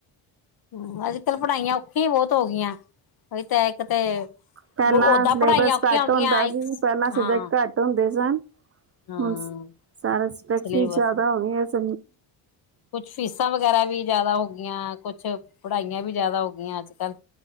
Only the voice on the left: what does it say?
ਹੂੰ, ਅੱਜ ਕਲ ਪੜ੍ਹਾਈਆਂ ਔਖੀਆਂ ਈ ਬੌਤ ਹੋ ਗਈਆਂ, ਔਈ ਤਾਂ ਇੱਕ ਤੇ
ਓਦਾਂ
ਪੜ੍ਹਾਈਆਂ ਔਖੀਆਂ
ਹੋਗੀਆਂ
ਇੱਕ
ਹਾਂ
ਹਾਂ
ਸਿਲੇਬਸ
ਕੁਛ ਫੀਸਾਂ ਵਗੈਰਾ ਵੀ ਜਾਅਦਾ ਹੋ ਗਈਆਂ, ਕੁਛ ਪੜਾਈਆਂ ਵੀ ਜਾਅਦਾ ਹੋ ਗਈਆਂ ਅੱਜ ਕੱਲ।